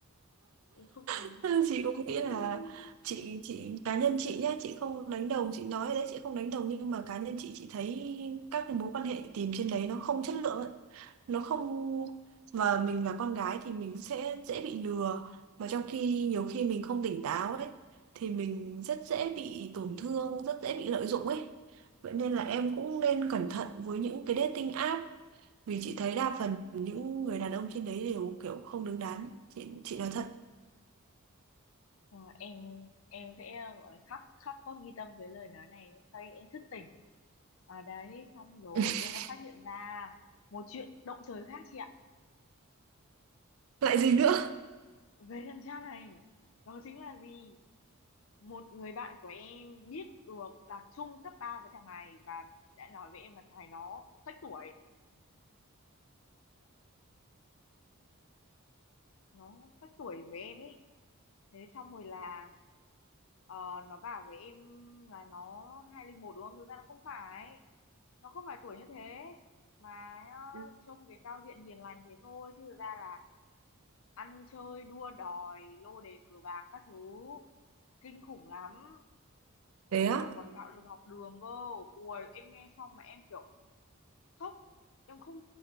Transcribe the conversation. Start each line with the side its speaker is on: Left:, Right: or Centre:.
Left: em không muốn
Right: <laughs> chị cũng nghĩ là
Left: không muốn
Right: chị chị cá nhân chị nhá chị không đánh đồng chị nói rồi đấy chị không đánh đồng nhưng mà cá nhân chị chị thấy các cái mối quan hệ tìm trên đấy nó không chất lượng ấy. nó không mà mình là con gái thì mình sẽ dễ bị lừa và trong khi nhiều khi mình không tỉnh táo ấy thì mình rất dễ bị tổn thương rất dễ bị lợi dụng ấy vậy nên là em cũng nên cẩn thận với những cái dating app vì chị thấy đa phần những người đàn ông trên đấy đều kiểu không đứng đắn chị chị nói thật
Left: Ờ, em em sẽ ờ, gọi là khóc khóc có ghi tâm với lời nói này sau đấy em thức tỉnh ở đấy xong rồi
Right: <laughs>
Left: em đã phát hiện ra một chuyện động trời khác chị ạ
Right: lại gì nữa
Left: về đằng cha này đó chính là gì một người bạn của em biết được là chung cấp 3 với thằng này và đã nói với em là thằng này nó phách tuổi nó phách tuổi với em ý thế xong rồi là Ờ, nó bảo với em là nó hai linh một đúng không? Thực ra nó không phải. Nó không phải tuổi như thế. Mà ờ,
Right: ừ,
Left: trông cái giao diện hiền lành thế thôi. Chứ thực ra là ăn chơi, đua đòi, lô đề cờ bạc các thứ. Kinh khủng lắm. Ừ,
Right: thế á
Left: kiểu còn bạo lực học đường cơ. Ui, em nghe xong mà em kiểu sốc. Em không,